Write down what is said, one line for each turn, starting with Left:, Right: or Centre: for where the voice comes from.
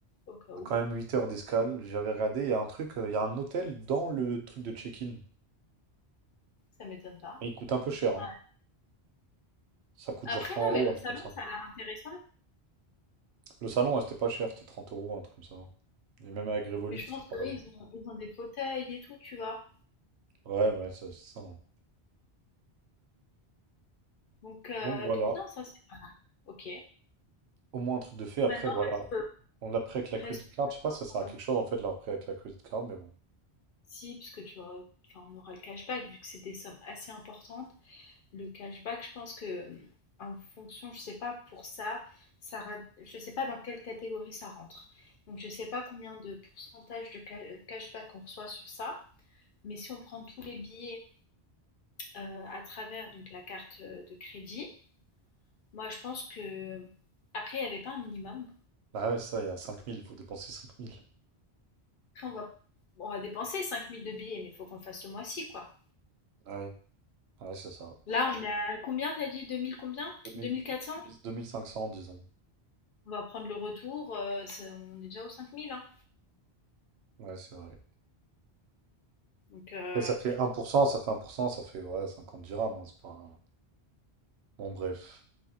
Left: au cas
Right: On
Left: où.
Right: a quand même 8 heures d'escale. J'avais regardé, il y a un truc, euh, il y a un hôtel dans le truc de check-in.
Left: Ça m'étonne pas.
Right: Et il coûte un peu cher,
Left: Ouais.
Right: hein. Ça coûte
Left: Après,
Right: genre 100
Left: non,
Right: euros,
Left: mais le
Right: un truc
Left: salon,
Right: comme ça.
Left: ça a l'air intéressant.
Right: Le salon, ouais, c'était pas cher, c'était 30 euros, un truc comme ça. hein. Et même avec Revolut,
Left: Mais je
Right: c'était
Left: pense
Right: pareil.
Left: que oui, ils ont, ils ont des fauteuils et tout, tu vois.
Right: Ouais, ouais, ça, c'est ça. hein.
Left: Donc, euh,
Right: Donc voilà,
Left: donc non, ça, c'est pas mal. Ok.
Right: au moins un truc de fait. Après,
Left: Maintenant,
Right: voilà,
Left: reste,
Right: on l'a pris avec la
Left: reste
Right: credit card. Je sais pas si ça sert
Left: euh,
Right: à quelque chose en fait de l'avoir pris avec la credit card, mais bon.
Left: si, parce que tu auras- enfin, on aura le cashback, vu que c'est des sommes assez importantes. le cashback, je pense que hum, en fonction, je sais pas pour ça, ça je sais pas dans quelle catégorie ça rentre. Donc je sais pas combien de pourcentage de cashback on reçoit sur ça. Mais si on prend tous les billets euh, à travers donc la carte euh, de crédit, moi je pense que après il n'y avait pas un minimum.
Right: Ah ouais, ça, il y a cinq mille il faut dépenser cinq mille
Left: Après on va on va dépenser 5000 de billets, mais il faut qu'on le fasse ce mois-ci quoi.
Right: Ouais, ouais, c'est ça.
Left: Là on a combien t'as dit deux mille combien
Right: deux deux
Left: deux mille quatre cents
Right: mille deux mille cinq cents disons.
Left: On va prendre le retour, euh, on est déjà aux 5000 hein.
Right: Ouais, c'est vrai.
Left: Donc euh,
Right: Et ça fait un pour cent ça fait un pour cent ça fait ouais, cinquante dirhams. hein, c'est pas... Bon, bref.